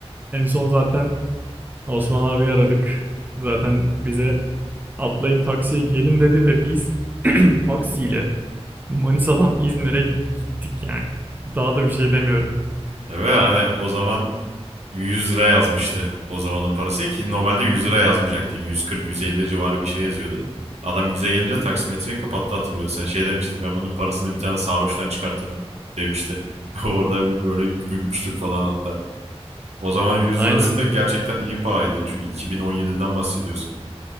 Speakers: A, on the right (about 15°); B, on the right (about 80°).
A: En son zaten Osman abi aradık. Zaten bize atlayın taksiye gelin dedi ve biz <clears throat> <laughs> taksiyle Manisa'dan İzmir'e gittik yani. Daha da bir şey demiyorum.
B: Ve hani o zaman 100 lira yazmıştı o zamanın parası ki normalde 100 lira yazmayacaktı. 140-150 civarı bir şey yazıyordu. Adam 100'e gelince taksimetreyi kapattı hatırlıyor. Sen şey demişti ben bunun parasını bir tane sarhoştan çıkartırım demişti. <laughs> Orada bir böyle gülmüştük falan hatta. O zaman 100
A: Aynen.
B: lirası da gerçekten iyi paraydı. Çünkü 2017'den bahsediyoruz.